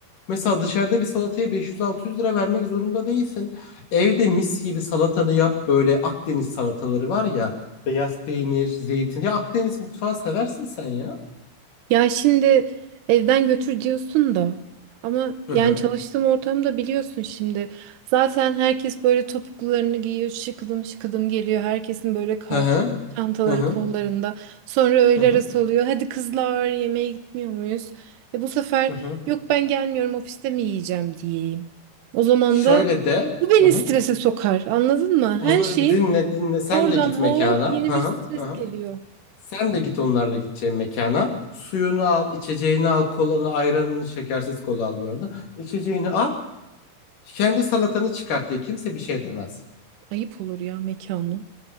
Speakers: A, on the left; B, on the right.
A: Mesela dışarıda bir salataya 500-600 lira vermek zorunda değilsin. Evde mis gibi salatanı yap böyle Akdeniz salataları var ya. Beyaz peynir, zeytin. Ya Akdeniz mutfağı seversin sen ya.
B: Ya şimdi evden götür diyorsun da ama
A: Hı hı.
B: yani çalıştığım ortamda biliyorsun şimdi zaten herkes böyle topuklularını giyiyor şıkıdım şıkıdım geliyor herkesin böyle kal
A: Hı hı.
B: çantaları
A: Hı hı.
B: kollarında sonra öğle
A: Hı hı.
B: arası oluyor hadi kızlar yemeğe gitmiyor muyuz? E bu sefer
A: Hı hı.
B: yok ben gelmiyorum ofiste mi yiyeceğim diyeyim. O zaman
A: Şöyle
B: da
A: de.
B: bu beni
A: Hı hı.
B: strese sokar anladın mı?
A: O
B: Her
A: zaman
B: şeyin
A: bir dinle dinle. Sen
B: oradan
A: de git mekana.
B: hop yeni
A: Hı
B: bir
A: hı.
B: stres
A: Hı hı.
B: geliyor.
A: Sen de git onlarla gideceğin mekana. Suyunu al, içeceğini al, kolanı, ayranını, şekersiz kola al bu arada. İçeceğini al. Kendi salatanı çıkart diye kimse bir şey demez.
B: Ayıp olur ya mekanla.